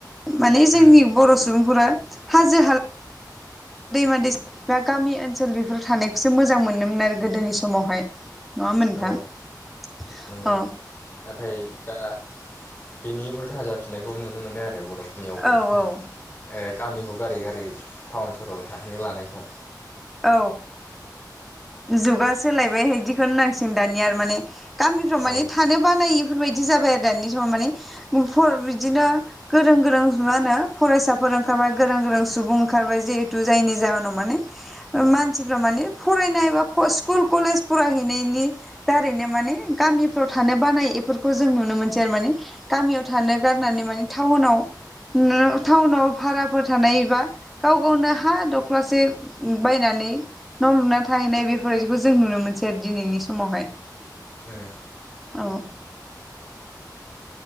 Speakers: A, in the centre; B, on the left.
A: माने जोंनि
B: उम
A: बर' सुबुंफोरा हाजो हाला दैमा दैसा बा गामि ओनसोल बेफोराव थानायखौसो मोजां मोनोमोन आरो गोदोनि समावहाय नङा होनबा नोंथां
B: औ नंगौ
A: अ।
B: नंगौ नाथाय दा बेनि उल्था जाफिननायखौ नुनो मोनदों आरो बर' फोरनियावबो।
A: औ
B: ओ
A: औ
B: गामिखौ गारै गारै टाउन सहराव थाहैनो लानायखौ।
A: औ। जुगा सोलायबाय हाय दिखोनो होननांसिगोन दानिया आरो माने गामिफ्राव माने
B: औ
A: थानो बानायो बेफोर बायदि जाबाय आरो दानि समाव माने <unintelligible> बिदिनो गोरों गोरों मा होनो फरायसाफोर ओंखारबाय गोरों गोरों सुबुं ओंखारबाय जिहेतु जायनि जाहोनाव माने मानसिफ्रा माने फरानाय स्कुल कलेज फरायहैनायनि दारैनो माने गामिफ्राव थानो बानाय इफोरखौ जों नुनो मोनसै आरो माने गामियाव थानो गारनानै माने थाउनाव <unintelligible> थाउनाव भाराफोर थानाय एबा गाव गावनो हा दख्लासे उम बायनानै न' लुना थाहैनाय बेफोर बायदिखौ जों नुनो मोनसै आरो दिनैनि समावहाय
B: उम
A: औ।